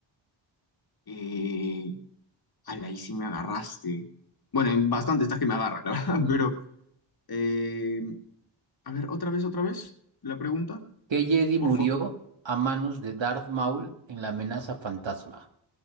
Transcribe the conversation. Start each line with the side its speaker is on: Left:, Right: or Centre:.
Left: Eh, ala, ahí sí me agarraste. Bueno, en bastante estás que me agarras, la verdad,
Right: Mm.
Left: <laughs> pero... eh, a ver, otra vez, otra vez, la pregunta,
Right: ¿Qué Jedi
Left: por
Right: murió
Left: favor.
Right: a manos de Darth Maul en la amenaza fantasma?